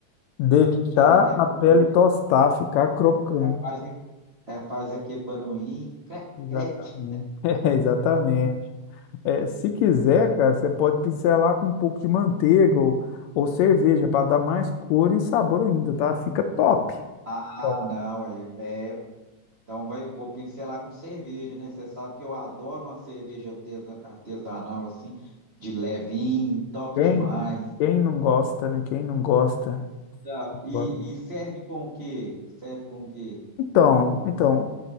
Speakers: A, on the left (about 80°); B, on the right (about 50°).
A: Deixar
B: ma- dá aquela
A: a pele
B: mordidinha,
A: tostar, ficar crocante.
B: já faz, já faz aquele barulhinho, crec,
A: Exatamente.
B: crec.
A: <laughs> É, exatamente. É, se quiser, cara, você pode pincelar com um pouco de manteiga ou, ou cerveja para dar mais cor e sabor ainda, tá? Fica top.
B: Ah,
A: Top.
B: não, é, é- então vai, vou pincelar com cerveja, né? Você sabe que eu adoro uma cerveja artesa- artesanal assim, de levinho, top
A: Quem,
B: demais.
A: quem não gosta, né? Quem não gosta.
B: Então, e,
A: Gosta.
B: e serve com o quê? Serve com o quê?
A: Então, então,